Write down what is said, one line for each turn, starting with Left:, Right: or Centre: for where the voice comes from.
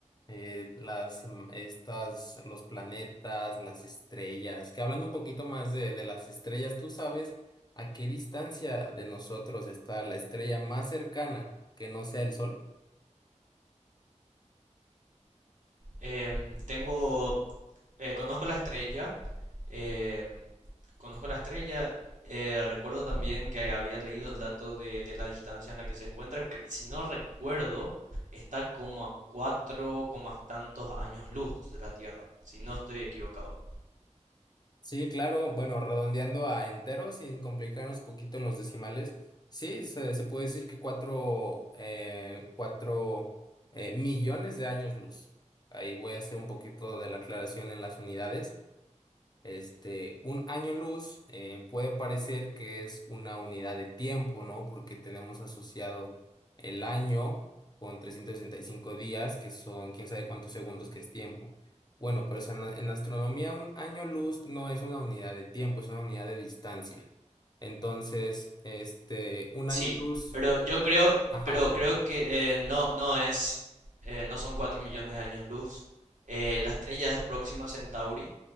Left: eh, las, im- estas, los planetas, las estrellas, que hablando un poquito más de, de las estrellas, ¿tú sabes a qué distancia de nosotros está la estrella más cercana que no sea el Sol?
Right: Em, tengo, eh, conozco la estrella. Em, conozco la estrella. eh, recuerdo también que había leído el dato de, de la distancia en la que se encuentra. que, Si no recuerdo, está como a cuatro coma tantos años luz de la Tierra, si no estoy equivocado.
Left: Sí, claro, bueno, redondeando a enteros, sin complicarnos poquito en los decimales, sí, se, se puede decir que cuatro, eh, cuatro eh, millones de años luz. Ahí voy a hacer un poquito de la aclaración en las unidades. Este, un año luz eh, puede parecer que es una unidad de tiempo, ¿no? Porque tenemos asociado el año con 365 días, que son quién sabe cuántos segundos que es tiempo. Bueno, pero eso en, en astronomía un año luz no es una unidad de tiempo, es una unidad de distancia. Entonces, este, un
Right: Sí,
Left: año luz,
Right: pero yo creo,
Left: ajá,
Right: pero
Left: dime.
Right: creo que eh, no, no es, eh, no son 4 millones de años luz. Eh, la estrella es Próxima Centauri